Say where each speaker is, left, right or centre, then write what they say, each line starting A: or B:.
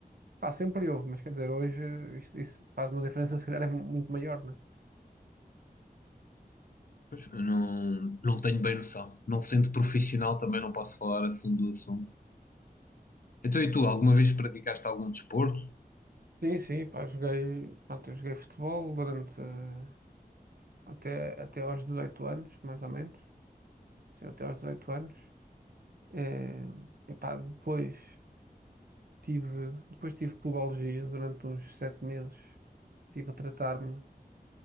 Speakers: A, on the right; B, on the left.
A: Pá, sempre houve, mas quer dizer, hoje eh, isso, isso faz uma diferença, se calhar é muito maior, né?
B: Pois, eu não, não tenho bem noção. Não sendo profissional também não posso falar a fundo do assunto. Então, e tu, alguma vez praticaste algum desporto?
A: Sim, sim, pá, joguei, pronto, eu joguei futebol durante eh, até, até aos 18 anos, mais ou menos. Sim, até aos 18 anos. Eh, e pá, depois tive, depois tive pubalgia durante uns 7 meses. Estive a tratar-me.